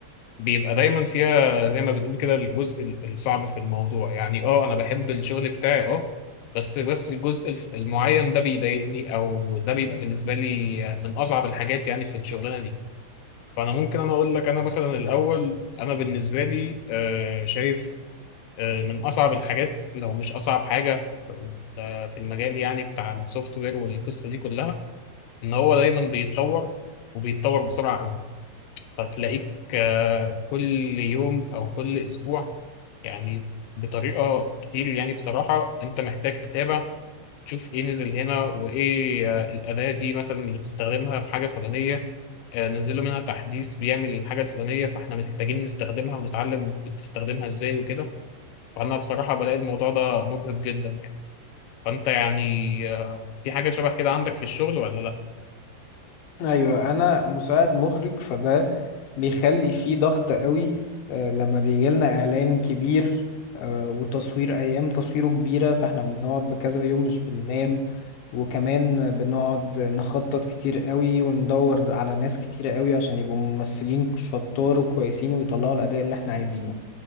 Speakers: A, on the left; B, on the left.
A: بيبقى دايما فيها زي ما بنقول كده الجزء ال- الصعب في الموضوع يعني اه انا بحب الشغل بتاعي اه بس بس الجزء الف- المعين ده بيضايقني او ده بيبقى بالنسبه لي آه، من اصعب الحاجات يعني في الشغلانه دي فانا ممكن انا اقول لك انا مثلا الاول انا بالنسبه لي آه، شايف آه، من أصعب الحاجات لو مش أصعب حاجة في ال- في المجال يعني بتاع السوفت وير والقصة دي كلها إن هو دايما بيتطور وبيتطور بسرعة قوي فتلاقيك آه، كل يوم أو كل أسبوع يعني بطريقة كتير يعني بصراحة أنت محتاج تتابع تشوف إيه نزل هنا وإيه آه، الأداة دي مثلا اللي بتستخدمها في حاجة فلانية آه، نزلوا منها تحديث بيعمل الحاجة الفلانية فإحنا محتاجين نستخدمها ونتعلم بتستخدمها إزاي وكده فأنا بصراحة بلاقي الموضوع ده مرهق جدا يعني فأنت يعني آه، في حاجة شبه كده عندك في الشغل ولا لأ؟
B: ايوه انا مساعد مخرج فده بيخلي فيه ضغط قوي آه، لما بيجي لنا اعلان كبير آه، وتصوير ايام تصويره كبيره فاحنا بنقعد بكذا يوم مش بننام وكمان بنقعد نخطط كتير قوي وندور على ناس كتير قوي عشان يبقوا ممثلين شطار وكويسين ويطلعوا الاداء اللي احنا عايزينه